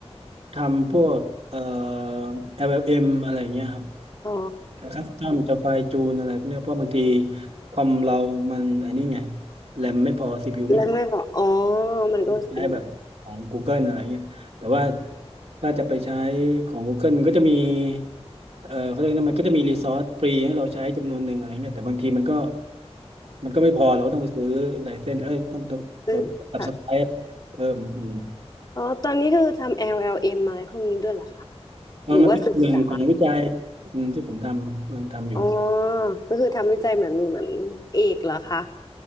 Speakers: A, on the right; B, on the left.
A: ทำพวกเอ่อแอ l m อลเอ็มอะไรอย่างเงี้ยครับ
B: อ๋อ
A: คัสตอมจะไฟล์จูนอะไรพวกเนี้ยเพราะบางทีคอมเรามันไอันนี้ไงแรมไม่พอ CPU ไม่พอ
B: แล้วไม่บอกอ๋อมันก็อืม
A: ใช้แบบของ Google อะไรเงี้ยแต่ว่าถ้าจะไปใช้ของ Google มันก็จะมีเออเขาเรียกนะมันก็จะมีรีซอสฟรีให้เราใช้จำนวนหนึ่งอะไรเงี้ยแต่บางทีมันก็มันก็ไม่พอเราก็ต้องไปซื้อไลเซนส์เอ้ยต้องต้องเราต้องสับสไคร
B: ซึ่งค่ะ
A: เพิ่มอืม
B: อ๋อตอนนี้คือทำ LLM อลแอลเอ็มอะไรพวกนี้ด้วยเหรอคะ
A: เออมันก็เป็นหนึ่งของวิจัย
B: หรือว่าศึกษา
A: อืมที่ผมทำกำลังทำอยู่
B: อ๋อก็คือทำวิจัยเหมือนเหมือนเอกเหรอคะ